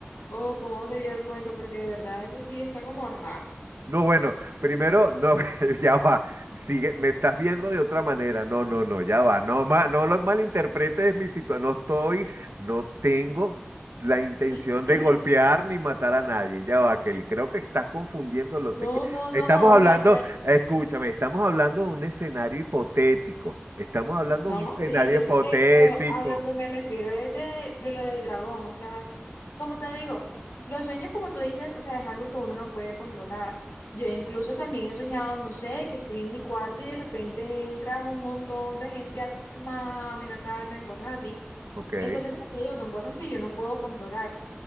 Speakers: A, on the left; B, on the right.
A: O cómo sería el cuento, porque de verdad eso sí está como raro.
B: No, bueno, primero, no, <laughs> ya va, sigue, me estás viendo de otra manera, no, no, no, ya va, no, ma- no lo malinterpretes mi situación, no estoy, no tengo la intención
A: <laughs>
B: de golpear ni matar a nadie, ya va, que creo que estás confundiendo lo
A: No,
B: te que...
A: no, no,
B: Estamos
A: o
B: hablando,
A: sea, ya.
B: escúchame, estamos hablando de un escenario hipotético, estamos hablando
A: No,
B: de un escenario
A: sí, yo
B: hipotético,
A: sé, pero a lo que me refiero es de, de lo del dragón, o sea, como te digo, los sueños, como tú dices, o sea, es algo que uno no puede controlar. Yo incluso también he soñado, no sé, que estoy en mi cuarto y de repente entra un montón de gente armada a amenazarme, cosas así.
B: ok,
A: Entonces, como te digo, son cosas que yo no puedo controlar.